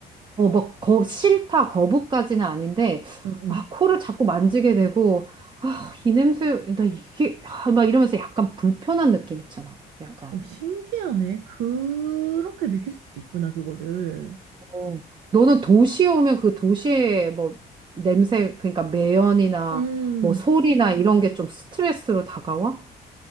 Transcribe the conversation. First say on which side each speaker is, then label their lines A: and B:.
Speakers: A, on the right; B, on the right.
A: 어, 막 거, 싫다, 거부까지는 아닌데
B: 응, 응.
A: 아, 코를 자꾸 만지게 되고 아, 이 냄새, 나 이게 아, 막 이러면서 약간 불편한 느낌 있잖아. 약간.
B: 어, 신기하네. 그렇게 느낄 수도 있구나, 그거를.
A: 어, 너는 도시에 오면 그 도시의 뭐 냄새, 그러니까 매연이나
B: 음,
A: 뭐 소리나 이런 게 좀 스트레스로 다가와?